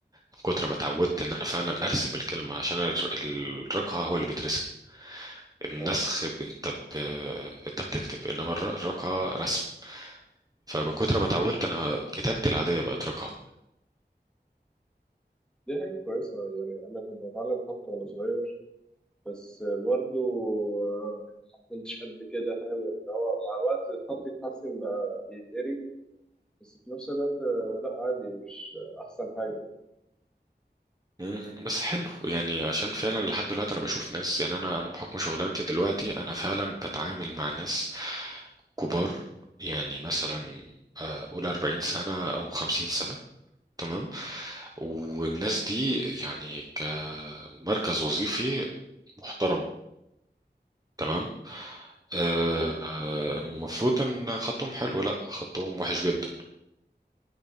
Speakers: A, on the right (about 20°); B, in the centre.
A: من كتر ما اتعودت ان انا فعلا ارسم الكلمه عشان الر- الرقعه هو اللي بترسم النسخ
B: أه
A: ب- انت ب... انت بتكتب انما الر- الرقعه رسم فمن كتر ما اتعودت انا كتابتي العاديه بقت رقعه
B: دي حاجة كويسة يعني أنا كنت بتعلم خط وأنا صغير بس برضو آه، ما كنتش قد كده فاهم اللي هو مع الوقت الخط يتحسن بقى يتقري بس في نفس الوقت آه، لا عادي مش آه، أحسن حاجة
A: مم، بس حلو يعني عشان فعلا لحد دلوقتي انا بشوف ناس يعني انا انا بحكم شغلانتي دلوقتي انا فعلا بتعامل مع ناس كبار يعني مثلا آه، قول 40 سنه او 50 سنه تمام والناس دي يعني كمركز وظيفي محترم تمام آه،
B: أنا
A: آه، المفروض ان خطهم حلو لا خطهم وحش جدا